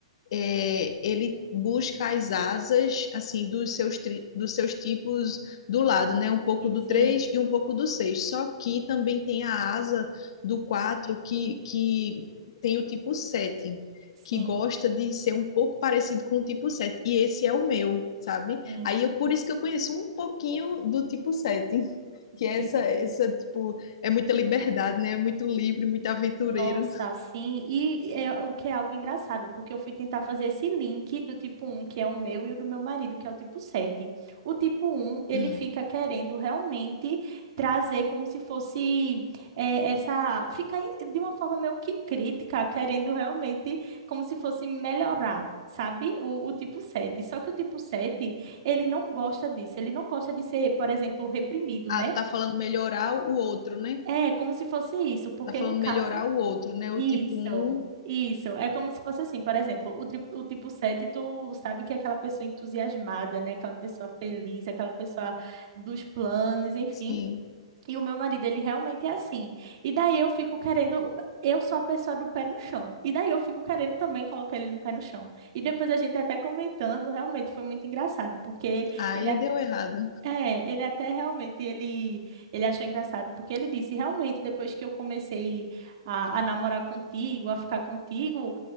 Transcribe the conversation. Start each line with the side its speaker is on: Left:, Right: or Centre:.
Left: é, ele busca as asas assim dos seus, tri- dos seus tipos do lado, né? Um pouco do
Right: sim,
Left: 3 e um pouco do seis Só que também tem a asa do 4 que, que tem o tipo 7
Right: sim,
Left: que gosta de ser um pouco parecido com o tipo sete E esse é o meu, sabe?
Right: sim,
Left: Aí
Right: sim.
Left: eu, por isso que eu conheço um pouquinho do tipo sete <laughs>
Right: Sim,
Left: Que é essa, essa,
Right: sim.
Left: tipo, é muita liberdade, né? É muito livre, muito aventureiro.
Right: Nossa, sim. E é o que é algo engraçado, porque eu fui tentar fazer esse link do tipo um que é o meu, e o do meu marido, que é o tipo sete O tipo um ele
Left: Hum.
Right: fica querendo realmente trazer como se fosse eh, essa. Fica em- de uma forma meio que crítica, querendo realmente como se fosse melhorar. Sabe? O, o tipo sete Só que o tipo 7 ele não gosta disso. Ele não gosta de ser, por exemplo, reprimido,
Left: Ah,
Right: né?
Left: tu tá falando melhorar o outro, né?
Right: É, como se fosse isso, porque
Left: Tá falando
Right: num caso
Left: melhorar o outro, né? O
Right: isso,
Left: tipo um,
Right: isso. É como se fosse assim, por exemplo, o, tri- o tipo 7 tu sabe que é aquela pessoa entusiasmada, né? Aquela pessoa feliz, aquela pessoa dos planos, enfim.
Left: sim.
Right: E o meu marido, ele realmente é assim. E daí eu fico querendo. Eu sou a pessoa do pé no chão. E daí eu fico querendo também colocar ele no pé no chão. E depois a gente até comentando, realmente foi muito engraçado, porque
Left: Aí
Right: ele
Left: deu errado.
Right: é, ele até realmente, ele, ele achou engraçado, porque ele disse, realmente, depois que eu comecei a, a namorar contigo, a ficar contigo,